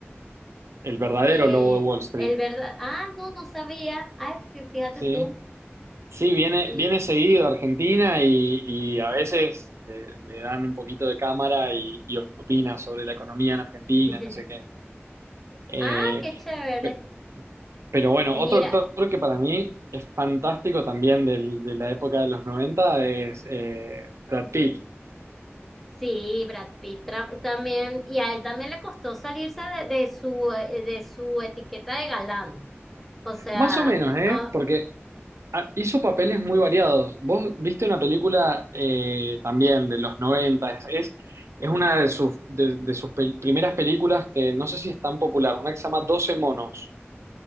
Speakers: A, on the right; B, in the centre.
A: el verdadero
B: Eh,
A: lobo de Wall Street,
B: el verdad, ah, no, no sabía. Ay, fí- fíjate
A: ¿sí?
B: tú.
A: Sí, viene,
B: Y-
A: viene seguido a Argentina y, y a veces le, le dan un poquito de cámara y, y opina sobre la economía en Argentina,
B: <laughs>
A: no sé qué. Eh,
B: Ah, qué chévere.
A: pe- pero bueno,
B: Mira,
A: otro actor que para mí es fantástico también del- de la época de los 90 es eh, Brad Pitt.
B: sí, Brad Pitt tra- también, y a él también le costó salirse de, de su, eh, de su etiqueta de galán. O sea,
A: Más o menos, ¿eh?
B: ah,
A: Porque Ah, Hizo papeles muy variados. Vos viste una película eh, también de los 90 es, es es una de sus, de, de sus pel- primeras películas que no sé si es tan popular, una que se llama Doce monos.